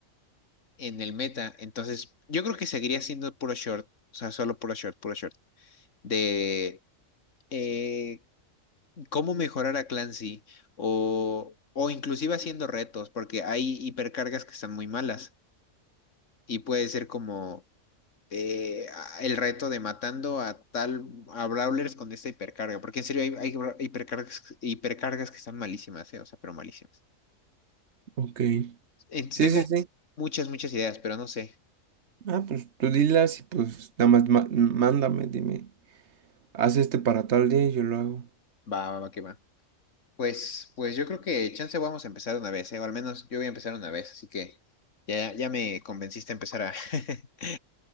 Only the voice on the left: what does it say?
en el meta, entonces yo creo que seguiría siendo puro short, o sea, solo puro short, puro short, de eh, cómo mejorar a Clancy o, o inclusive haciendo retos, porque hay hipercargas que están muy malas y puede ser como eh, el reto de matando a tal, a Brawlers con esta hipercarga, porque en serio hay, hay bra- hipercargas, hipercargas que están malísimas, eh, o sea, pero malísimas.
Entonces
Sí.
tengo
muchas, muchas ideas, pero no sé.
Va, va, va, que va. Pues, pues yo creo que chance vamos a empezar una vez, eh, o al menos yo voy a empezar una vez, así que ya, ya me convenciste a empezar a, <laughs>